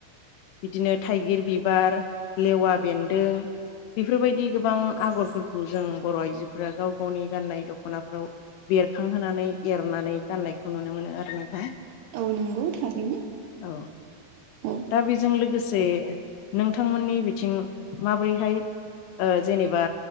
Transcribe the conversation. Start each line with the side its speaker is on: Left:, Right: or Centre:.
Left: बिदिनो थाइगिर बिबार लेवा बेन्दों बेफोरबायदि गोबां आगरफोरखौ जों बर' आइजोफोरा गाव गावनि गाननाय दख'नाफ्राव बेरखांहोनानै एरनानै गाननायखौ नुनो मोनो आरो ना।
Right: औ नोंगौ थारैनो
Left: औ
Right: औ।
Left: दा बेजों लोगोसे नोंथांमोननि बिथिं माबोरैहाय ओ जेनेबा